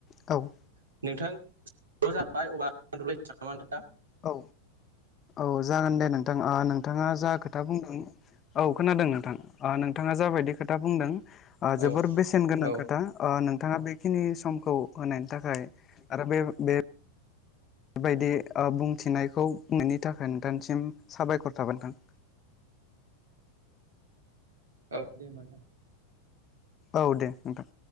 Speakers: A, on the left; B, on the right.
A: औ
B: <unintelligible>
A: औ औ जागोन दे नोंथां ओ नोंथाङा जा खोथा बुंदों औ खोनादों नोंथां ओ नोंथाङा जाबायदि खोथा बुंदों ओ
B: औ
A: जोबोर बेसेन गोनां
B: औ
A: खोथा ओ नोंथाङा बेखिनि समखौ होनायनि थाखाय आरो बे बे बेबायदि बुंथिनायखौ ननि थाखाय नोंथांसिम साबायखर थाबोनोंथां
B: औ दे होनबा नोंथां
A: औ दे नोंथां